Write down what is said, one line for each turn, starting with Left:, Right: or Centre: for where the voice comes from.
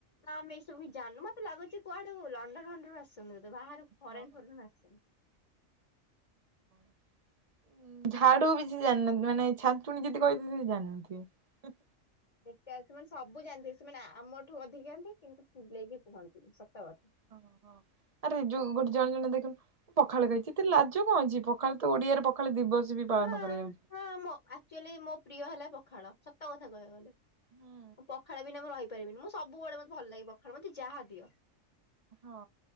Left: ନା ଆମେ ଏସବୁ କିଛି ଜାଣିନୁ ମତେ ଲାଗୁଛି କୁଆଡୁ ଲଣ୍ଡନ ଫଣ୍ଡନ ରୁ ଆସିଛନ୍ତି ବୋଧେ। ବାହାରୁ ଫରେନ୍
Right: ହଁ
Left: ଫରେନ୍ ଆସିଛନ୍ତି।
Right: <inaudible> ଝାଡୁ ବି ସେ ଜାଣିିନାହାନ୍ତି। ମାନେ ଛାଞ୍ଚୁଣି ପୁଣି ଯଦି କହିଥିବ ସେ ଜାଣିନଥିବେ।
Left: ଦେଖ ସେମାନେ ସବୁ ଜାଣିଥିବେ ସେମାନେ ଆମଠୁ ଅଧିକା ଜାଣନ୍ତି କିନ୍ତୁ ଫୁଲେଇକି କୁହନ୍ତିନି ସତ କଥା।
Right: <inaudible> ଓହୋ ହଁ ଆରେ ଯୋଉ ଗୋଟେ ଜଣେ ଜଣେ ଦେଖିବୁ ପଖାଳ ଖାଇଚି। ଏତେ ଲାଜ କଣ ଅଛି। ପଖାଳ ତ ଓଡିଆରେ ପଖାଳ ଦିବସ ବି ପାଳନ
Left: ହଁ
Right: କରାଯାଉଛି।
Left: ହଁ ଆକଚୋଲି ମୋ ପ୍ରିୟ ହେଲା ପ ଖାଳ ସତକଥା କହିବାକୁ ଗଲେ।
Right: ହୁଁ।
Left: ପଖାଳ ବିନା ମୁଁ ରହି ପାରିବିନି ମୁଁ ସବୁବେଳେ ମତେ ଭଲଲାଗେ ପଖାଳ ମତେ ଯାହା ଦିଅ।
Right: ହଁ